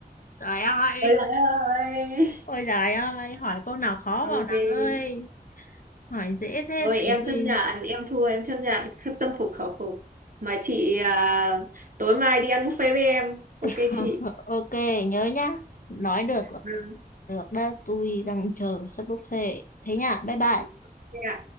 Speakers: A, on the left; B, on the right.
A: trời ơi
B: ôi trời ơi.
A: ôi trời ơi hỏi câu nào khó
B: Ok.
A: vào nắng ơi hỏi dễ thế
B: Rồi em
A: thì
B: chấp
A: tôi
B: nhận, em thua em chấp nhận khất tâm phục khẩu phục. Mà chị à, tối mai đi ăn buffet với em. Ok
A: <laughs>
B: chị.
A: Ok, nhớ nhá. Nói được là
B: Ừ.
A: được đó, tôi đang chờ sắp bốc xe. Thế nhá, bye bye.
B: Ok ạ.